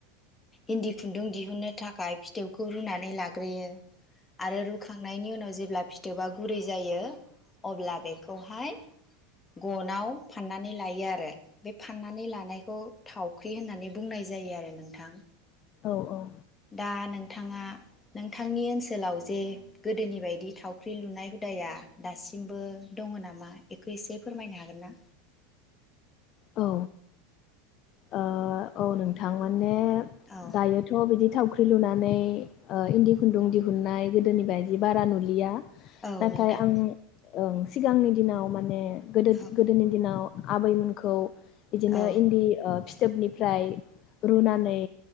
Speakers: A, on the left; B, on the left.
A: इन्दि खुन्दुं दिहुन्नो थाखाय फिथोबखौ रुनानै लाग्रोयो। आरो रुखांनायनि उनाव जोब ब्ला फिथोबा गुरै जायो अब्ला बे खौहाय गनाव फाननानै लायो आरो बे फाननानै लानायखौ थावख्रि होननानै बुंनाय जायो आरो नोंथां।
B: औ औ
A: दा नोंथाङा नोंथांनि ओनसोलाव जे गोदोनि बायदि थावख्रि लुनाय हुदाया दासिमबो दङ नामा बेखौ एसे फोरमायनो हागोन ना?
B: औ ओ औ नोंथांमोन। म
A: औ
B: दायोथ' बिदि थावख्रि थावख्रि लुनानै ओ इन्दि खुन्दुं दिहुननाय गोदोनि बायदि बारा नुलिया।
A: औ
B: नाथाय
A: नोंथां
B: आं ओं सिगांनि दिनाव माने गोदो
A: औ
B: गोदोनि दिनाव आबैमोनखौ बिदिनो
A: औ
B: इन्दि ओ फिथोबनिफ्राय रुनानै